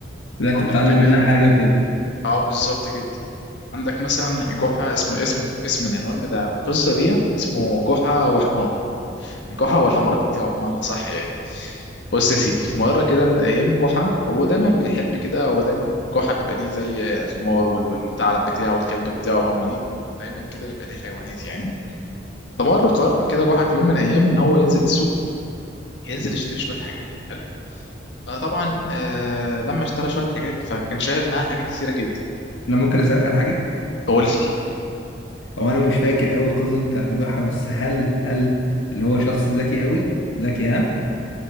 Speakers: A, on the left; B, on the left.
A: لا انت
B: اقول
A: بتتعلم
B: لك كمان
A: منها حاجه وكده
B: اه بالظبط كده عندك مثلا جحا اسم اسم اسم العنوان بتاع القصة ديت اسمه جحا وحماره جحا والحمار بتاعه بمعنى صح يعني بص يا سيدي في مرة كده من الأيام جحا هو دايما بيحب كده هو دايما جحا بيبقى ليه زي الحمار وال- والثعلب بتاعه والكلب بتاعه هم ليه دايما كده بيبقى ليه حيوانات يعني فمرة قرر كده جحا في يوم من الأيام إن هو ينزل السوق ينزل يشتري شوية حاجات حلو فطبعا آه لما اشترى شوية حاجات فكان شايل معاه حاجات كتيرة جدا
A: انا ممكن اسالك على حاجه
B: فقول لي
A: هو انا مش فاكر قوي القصص بتاعت جحا بس هل هل اللي هو شخص ذكي قوي ذكي ها